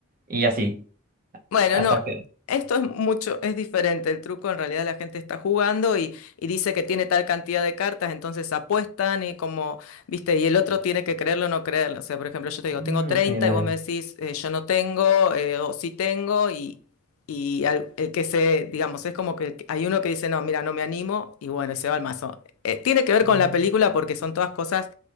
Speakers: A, on the right (about 40°); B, on the left (about 75°).
A: y así,
B: Bueno,
A: hasta
B: no,
A: que...
B: esto es mucho, es diferente. El truco en realidad la gente está jugando y, y dice que tiene tal cantidad de cartas, entonces apuestan y como, viste, y el otro tiene que creerlo o no creerlo. O sea, por ejemplo, yo te digo,
A: Mm,
B: tengo 30
A: ok,
B: y
A: dale.
B: vos me decís, eh, yo no tengo, eh, o sí tengo, y, y al- el que se, digamos, es como que hay uno que dice, no, mira, no me animo, y bueno, y se va al mazo. Eh, tiene que ver
A: Mm,
B: con la película porque son todas cosas